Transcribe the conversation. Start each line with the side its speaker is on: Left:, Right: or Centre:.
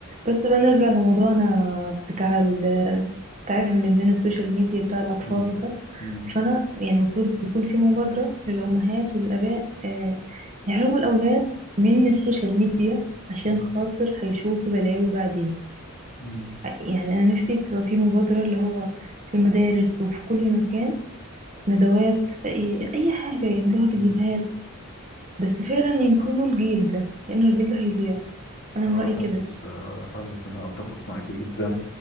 Right: بس بقى نرجع لموضوعنا بتاع ال- تعافي من الإدمان السوشيال ميديا بتاع الأطفال
Left: مم.
Right: ده
Left: مم.
Right: فأنا يعني المفروض يكون في مبادرة للأمهات والآباء آه، يحرموا الأولاد من السوشيال ميديا عشان
Left: مم.
Right: خاطر هيشوفوا بلاوي بعدين
Left: مم.
Right: يعني أنا نفسي تبقى في مبادرة اللي هو في المدارس وفي كل مكان ندوات أي أي حاجة يعملوها فيديوهات
Left: مم.
Right: بس فعلا ينقذوا الجيل ده لأنه الجيل ده هيضيع أنا
Left: أنا
Right: من رأيي
Left: حاسس
Right: كده
Left: آه، حاسس إن أنا أتفق معاكي جدا